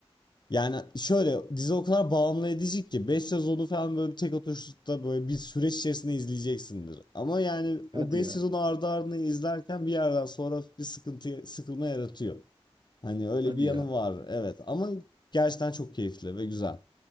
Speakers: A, on the left (about 45°); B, on the right (about 45°).
A: yani şöyle dizi o kadar bağımlı edici ki 5 sezonu falan böyle bir tek oturuşta böyle bir süreç içerisinde izleyeceksindir. Ama yani
B: Hadi
A: o 5
B: ya.
A: sezonu ardı ardına izlerken bir yerden sonra bir sıkıntı sıkılma yaratıyor. Hani öyle
B: Hadi
A: bir yanı
B: ya.
A: var evet ama gerçekten çok keyifli ve güzel.